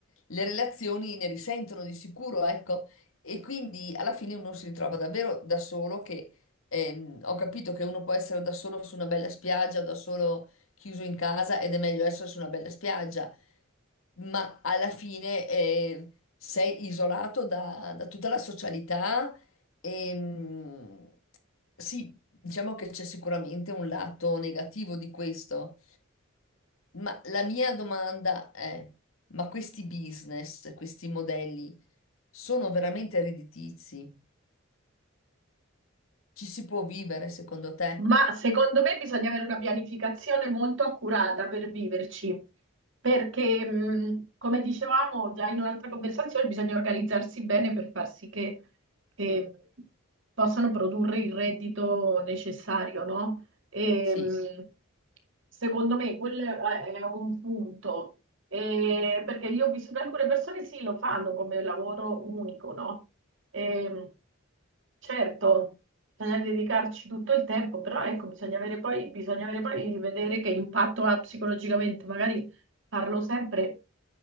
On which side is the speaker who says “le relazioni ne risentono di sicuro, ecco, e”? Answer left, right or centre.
Left